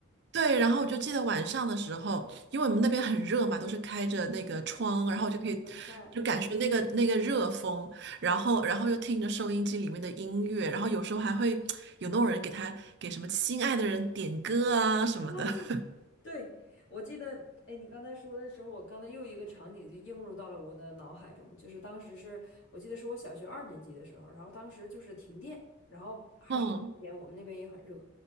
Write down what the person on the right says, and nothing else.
对，然后我就记得晚上的时候，因为我们那边很热嘛，都是开着那个窗，
然后我就可以就感受那个那个热风，
然后然后又听着收音机里面的音乐，然后有时候还会有那种人给他给什么心爱的人点歌啊什么的。
<laughs>
嗯，